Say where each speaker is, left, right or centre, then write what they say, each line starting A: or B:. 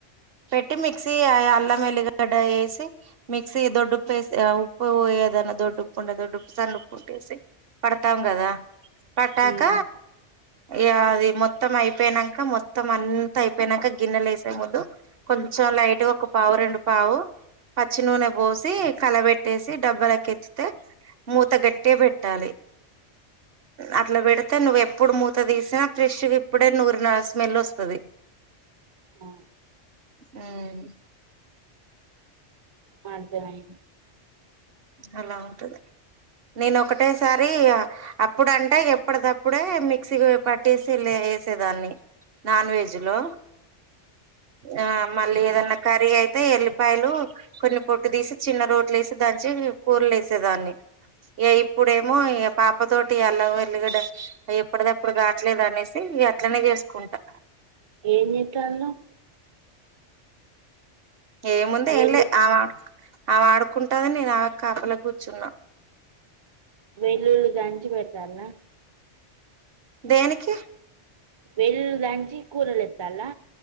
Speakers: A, on the right; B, on the right.
A: పెట్టి మిక్సీ అల్లం ఎల్లిగడ్డ ఏసి మిక్సీ దొడ్డుప్పు ఏసి ఆ ఉప్పు ఏదన్న దొడ్డుప్పు ఉంటే దొడ్డు ఉప్పు సనుప్పు ఉంటే ఏసి పడ్తాం కదా పట్టాక
B: ఉమ్
A: ఇగ అది మొత్తం అయి అయిపోయినంక మొత్తం అంత అయిపోయినంక గిన్నెల ఏసే ముందు కొంచెం లైట్గా ఒక పావు రెండు పా పావు పచ్చి నూనె పోసి కలబెట్టేసి డబ్బలకెత్తుతే మూత గట్టిగ పెట్టాలి. అట్ల పెడ్తే నువ్వు ఎప్పుడు మూత తీసినా ఫ్రెష్ ఇప్పుడే నూరిన స్మెల్ వస్తది.
B: ఆ,
A: మ్
B: అర్ధమై
A: అలా ఉంటది. నేన్ ఒకటేసారి అప్పుడంటే ఇగ ఎప్పడి దప్పుడే మిక్సీ పట్టేసి లే వేసేదాన్ని నాన్ వెజ్లో ఆ మళ్ళీ
B: ఉమ్.
A: ఏదన్న కర్రీ అయితే ఎల్లిపాయలు కొన్ని పొట్టు తీసి చిన్న రోట్ ట్లేసి దంచి కూరల ఏసే దాన్ని ఇగ ఇప్పుడేమో పాప తోటి అల్లం ఎల్లిగడ్డ ఎప్పుడిదప్పుడు కావట్లేదు అనేసి ఇగ అట్లనే చేస్కుంటా
B: ఏం చేత్తాన్నవ్
A: ఏముందే
B: వెల్లు
A: ఏం లే ఆమ ఆమ ఆడుకుంటాన్ది నేన్ ఆ మక్ కాపల కూర్చున్నా
B: వెల్లుల్లి దంచి పెడ్తాన్లా
A: దేనికి
B: వెల్లుల్లి దంచి కూరల ఏత్తాన్లా